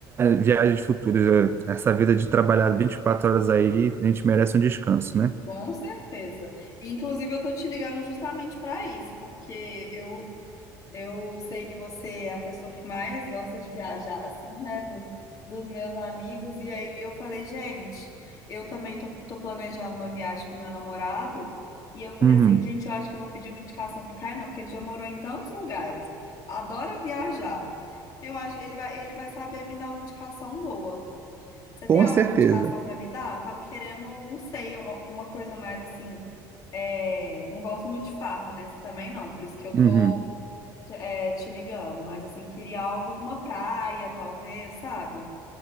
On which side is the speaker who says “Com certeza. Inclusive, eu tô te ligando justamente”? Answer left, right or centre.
Left